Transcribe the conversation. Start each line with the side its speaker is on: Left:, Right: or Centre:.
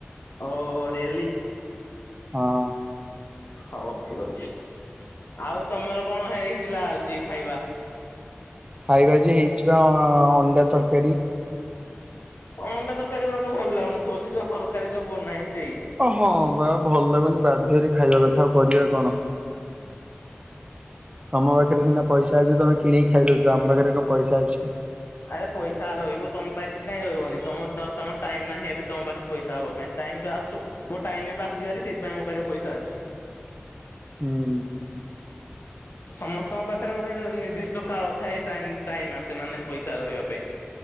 Left: ଓ ରିଏଲି
Right: ହଁ।
Left: ହଉ ଠିକ ଅଛି। ଆଉ ତମର କଣ ହେଇଥିଲା ଆଉଜି ଖାଇବା?
Right: ଖାଇବା ଯେ ହେଇଚି ପା ଅଣ୍ଡା ତରକାରୀ।
Left: ଅଣ୍ଡା ତରକାରୀ ଗୁଡା ତ ଭଲ ଲାଗୁନଥୁବ ସେଇ ଯୋଉ ତରକାରୀ ଯୋଉ ବନାଏ। ସେଇ।
Right: ଓହଁ ବା ଭଲ ଲାଗୁନି ବାଧ୍ୟରେ ଖାଇବା କଥା ଆଉ କରିବା କଣ? ତମ ପାଖରେ ସିନା ପଇସା ଅଛି ତମେ କିଣିକି ଖାଇଦଉଚ ଆମ ପାଖରେ କଣ ପଇସା ଅଛି?
Left: ଆରେ ପଇସା ରଇବ ତମ ପାଖେ କାଇଁ ରଇବନି ତମ ତମ ଟାଇମ ନାହିଁ ଏବେ ତମ ପାଖେ ପଇସା ହବ ପାଇଁ ଟା ଟାଇମ୍ ତ ଆସୁ ମୋ ଟାଇମ ଆସିିବାରି ସେଇଥିପାଇଁ ମୋ ପାଖେ ପଇସା ଅଛି।
Right: ହୁଁ।
Left: ସମସ୍ତଙ୍କ ପାଖରେ ଗୋଟେ ଗୋଟେ ନିର୍ଦ୍ଦିଷ୍ଟ କାଳ ଥାଏ ଟାଇମ ଟାଇମ୍ ଆସେ ମାନେ ପଇସା ରହିବା ପାଇଁ।